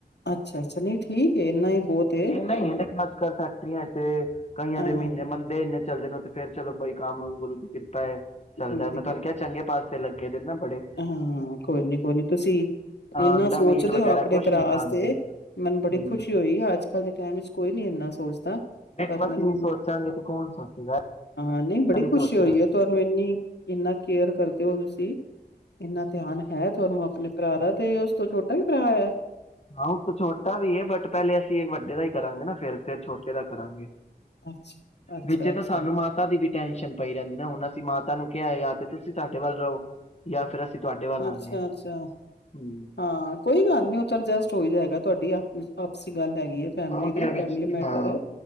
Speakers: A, on the left (about 80°); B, on the left (about 40°).
A: ਅੱਛਾ ਅੱਛਾ ਨਹੀਂ ਠੀਕ ਏ ਇੰਨਾ ਹੀ ਬਹੁਤ ਏ
B: ਨਹੀਂ <unintelligible> ਫੈਕਟਰੀਆਂ ਚ ਤੇ ਕਈਆਂ
A: ਹਾਂ
B: ਦੇ ਮਹੀਨੇ ਮੰੰਦੇ ਇਨੇ ਚੱਲਦੇ ਨੇ ਤੇ ਉਹ ਫੇਰ ਚਲੋ ਬਈ ਕੰਮ ਗੁਰੂ ਦੀ ਕਿਰਪਾ ਏ। ਚੱਲਦਾ
A: ਗੁਰੂ ਦੀ
B: ਮੈਂ
A: ਕਿਰਪਾ।
B: ਤੁਹਾਨੂੰ ਕਿਹਾ ਚੰਗੇ ਪਾ ਤੇ ਲਗੇ ਦੇ ਨਾ ਬੜੇ
A: ਹਾਂ ਕੋਈ ਨੀ ਕੋਈ ਨੀ ਤੁਸੀਂ, ਇਨਾ
B: ਅੰਡਾ
A: ਸੋਚਦੇ
B: ਮੀਟ ਵਗੈਰਾ
A: ਹੋ ਆਪਣੇ
B: ਕੁਛ
A: ਭਰਾ
B: ਨੀ ਖਾਂਦੇ
A: ਆਸਤੇ ਮੈਨੂੰ ਬੜੀ
B: ਹਮ
A: ਖੁਸ਼ੀ ਹੋਈ ਅੱਜ ਕੱਲ ਦੇ ਟਾਈਮ ਵਿੱਚ ਕੋਈ ਨੀ ਇੰਨਾ ਸੋਚਦਾ।
B: ਦੇਖੋ
A: ਪਰ
B: ਅਸੀਂ
A: ਮੈਨੂੰ
B: ਨੀ ਸੋਚਾਂਗੇ ਤੇ ਕੌਣ ਸੋਚੇਗਾ।
A: ਹਾਂ ਨਹੀਂ ਬੜੀ
B: ਇਹ ਵੀ ਸੋਚਣਾ
A: ਖੁਸ਼ੀ ਹੋਈ ਹੈ ਤੁਹਾਨੂੰ ਇੰਨੀ ਇੰਨਾ ਕੇਅਰ ਕਰਦੇ ਹੋ ਤੁਸੀਂ ਇੰਨਾ ਧਿਆਨ ਹੈ ਤੁਹਾਨੂੰ ਆਪਣੇ ਭਰਾ ਦਾ ਤੇ ਉਸ ਤੋਂ ਛੋਟਾ ਵੀ ਭਰਾ ਹੈ।
B: ਹਾਂ ਉਸ ਤੋਂ ਛੋਟਾ ਵੀ ਹੈ ਬਟ ਪਹਿਲੇ ਅਸੀਂ ਇਹ ਵੱਡੇ ਦਾ ਹੀ ਕਰਾਂਗੇ ਨਾ ਫੇਰ ਫਿਰ ਛੋਟੇ ਦਾ ਕਰਾਂਗੇ।
A: ਅੱਛਾ ਅੱਛਾ
B: ਵਿੱਚੇ
A: ਅੱਛਾ
B: ਤਾਂ ਸਾਨੂੰ ਮਾਤਾ ਦੀ ਵੀ ਟੈਸ਼ਨ ਪਈ ਰਹਿੰਦੀ ਨਾ ਹੁਣ ਅਸੀਂ ਮਾਤਾ ਨੂੰ ਕਿਹਾ ਤਾਂ ਤੇ ਤੁਸੀਂ ਸਾਡੇ ਵੱਲ ਰਹੋ, ਯਾ ਫਿਰ ਅਸੀਂ ਤੁਹਾਡੇ ਵੱਲ ਆਨੇ
A: ਅੱਛਾ
B: ਹਾਂ
A: ਅੱਛਾ,
B: ਹੂੰ
A: ਹਾਂ ਕੋਈ ਗੱਲ ਨੀ ਉਹ ਤੇ ਅਡਜਸਟ ਹੋ ਈ ਜਾਏਗਾ ਤੁਹਾਡੀ ਆਪਸੀ ਗੱਲ ਹੈਗੀ। ਕੀ ਏ ਫੈਮਲੀ
B: ਹਾਂ
A: ਦੀ
B: ਤੇ ਵਿੱਚ
A: ਫੈਮਲੀ ਮੈਟਰ
B: ਹਾਂ
A: ਹੈ,